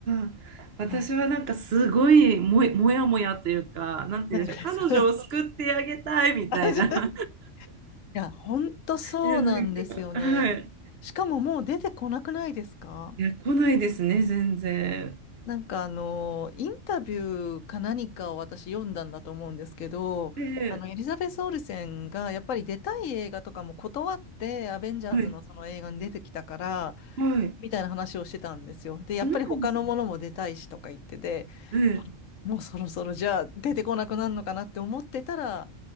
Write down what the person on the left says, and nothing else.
はい。
何かです。
<laughs> あじゃあ <laughs>
いや、ほんとそうなんですよね。
しかももう出てこなくないですか
なんかあの、インタビューか何かを私読んだんだと思うんですけど、
あの、エリザベス・オルセンがやっぱり出たい映画とかも断って、アベンジャーズのその映画に出てきたから、
みたいな話をしてたんですよ。で、
やっぱり他のものも出たいしとか言ってて、
もうそろそろじゃあ出てこなくなるのかなって思ってたら、